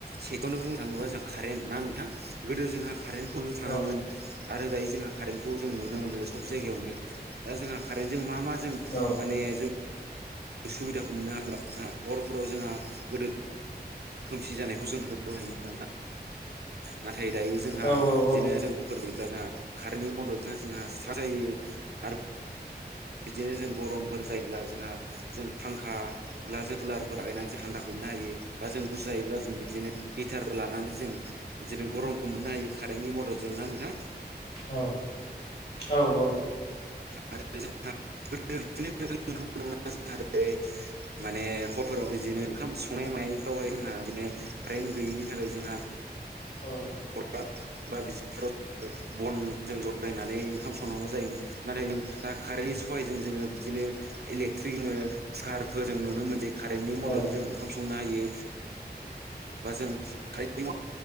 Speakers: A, on the right; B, on the left.
A: सेनो बुंनो थाङोबा जों कारेन्ट ना नोंथां गोदो जोंहा कारेन्ट खनो थाङामोन।
B: औ
A: आरो दायो जोंहा कारेन्टखौ जों नुनो मोनो सब जायगायावनो दा जोंहा कारेन्टजों मा मा जों
B: औ
A: माने जों सुबिदाखौ मोननो हा जों हरफोराव जोंहा गोदो खोमसि जानायखौ जों नुनो मोन नाथाय दायो जोंहा
B: औ
A: बिदिनो
B: औ
A: जों फोर गैब्लाङा कारेन्टनि मददजों जोंहा सिथार जायो। आरो बिदिनो जों गरमफोर जायोब्ला जोंहा जों फांखा ब जों कुलारफोर लागायनानै जों हान्दाखौ हमनो हायो। बा जों गुसु जायोब्ला जों बि बिदिनो हिटारबो लानानै जों बिदिनो गरमखौ मोननो हायो कारेन्टनि मददजोंनो ना नोंथां।
B: औ, औ, औ
A: आरो <unintelligible> माने हरफोराव बिदिनो ओंखाम संनाय मानाय फावहाय जोंहा बिदिनो कारेन्ट गैयिनि थाखाय जोंहा
B: औ
A: हराब बा बिदिफोराव बनजों जथ्रायनानै ओंखाम संनांगौ जायोमोन। नाथाय जों दा कारेन्टनि सहायजों जोङो बिदिनो इलेकट्रिक जो कुकारफोर जों नुनो मोनसै। कारेन्टनि
B: औ
A: मदद जों ओंखाम संनो हायो। बा जों कारेन्ट